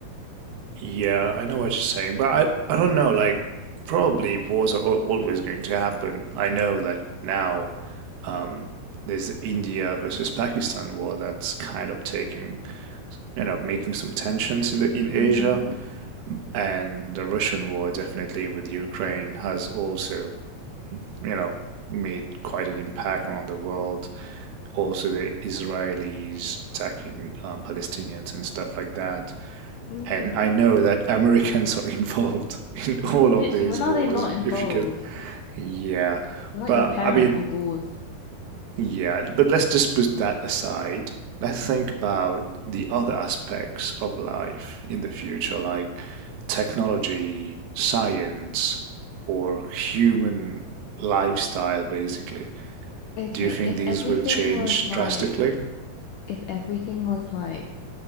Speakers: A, on the right; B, on the left.
A: Yeah, I know what you're saying, but I I don't know, like probably wars are al- always going to happen. I know that now um there's the India versus Pakistan war that's kind of taking, you know, making some tensions in the in Asia,
B: Mm-hmm.
A: and the Russian war definitely with Ukraine has also, you know, made quite an impact around the world. Also, the Israelis attacking um, Palestinians and stuff like that.
B: Mm-hmm.
A: And I know that <laughs> Americans are involved in all of
B: Literally,
A: these
B: when
A: wars,
B: are they not involved?
A: if you can. Yeah.
B: They're like
A: But
B: the parent
A: I mean,
B: of wars.
A: yeah, but let's just put that aside. Let's think about the other aspects of life in the future, like technology, science, or human lifestyle, basically.
B: Okay,
A: Do you think
B: if
A: these
B: everything
A: will change
B: was like
A: drastically?
B: if everything was like